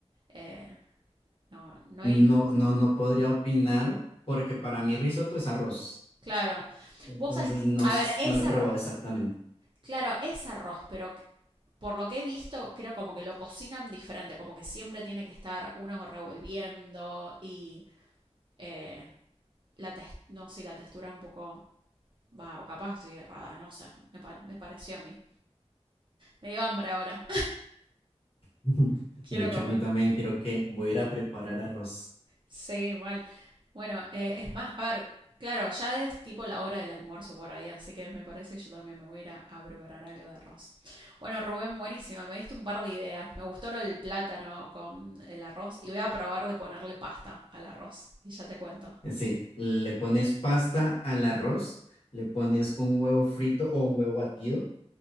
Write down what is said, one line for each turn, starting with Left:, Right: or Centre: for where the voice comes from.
Right: Eh, no, no
Left: No,
Right: hay,
Left: no, no podría opinar porque para mí risotto es arroz.
Right: claro.
Left: Entonces
Right: Vos sabés, que-
Left: no,
Right: a
Left: s-
Right: ver, ese
Left: no lo he probado exactamente.
Right: Claro, es arroz, pero por lo que he visto, creo como que lo cocinan diferente, como que siempre tiene que estar uno revolviendo y eh, la tes- no sé, la textura es un poco... Va, o capaz estoy errada, no sé, me, pa- me pareció a mí. Me dio hambre ahora,
Left: <laughs>
Right: <laughs> quiero
Left: De hecho,
Right: comer.
Left: a mí también quiero que voy a ir a preparar arroz.
Right: Sí, mal. Bueno, eh, es más, a ver, claro, ya es tipo la hora del almuerzo por ahí, así que me parece que yo también me voy a ir a, a preparar algo de arroz. Bueno, Rubén, buenísimo, me diste un par de ideas. Me gustó lo del plátano con el arroz y voy a probar de ponerle pasta al arroz y ya te cuento.
Left: Sí, le pones pasta al arroz, le pones un huevo frito o un huevo batido